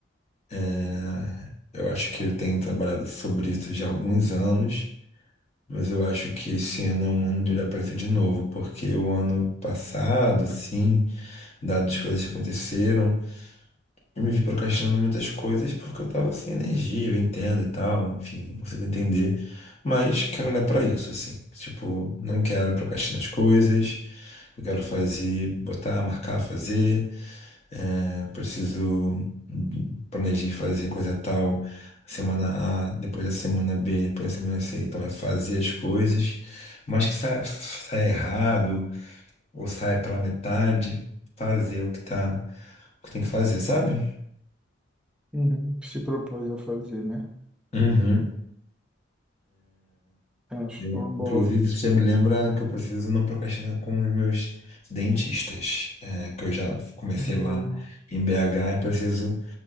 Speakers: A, on the left; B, in the centre.
A: É, eu acho que eu tenho trabalhado sobre isso já há alguns anos. Mas eu acho que esse ano é um ano de olhar para isso de novo, porque o ano passado, assim, dadas as coisas que aconteceram, eu me vi procrastinando muitas coisas porque eu tava sem energia, eu entendo e tal, enfim, consigo entender. Mas quero olhar para isso, assim. Tipo, não quero procrastinar as coisas, eu quero fazer, botar, marcar, fazer eh, preciso hum, planejei fazer coisa tal, semana A, depois da semana B, depois da semana C. Então é fazer as coisas, mas que sai, sai errado ou sai pela metade, fazer o que tá, o que tem que fazer, sabe?
B: Uhum. Se propôs a fazer, né?
A: Uhum.
B: Eu acho
A: Eu,
B: que é uma boa,
A: inclusive, isso já me lembra que eu preciso não procrastinar com os meus dentistas, é, que eu já comecei
B: boa.
A: lá em BH, eu preciso,